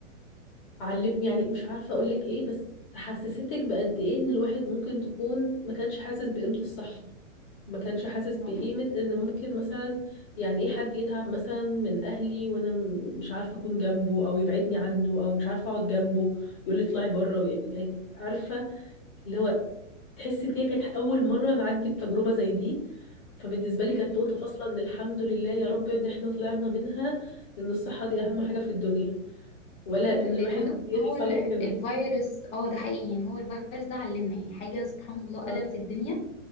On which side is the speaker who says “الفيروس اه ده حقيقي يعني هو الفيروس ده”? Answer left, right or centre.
Left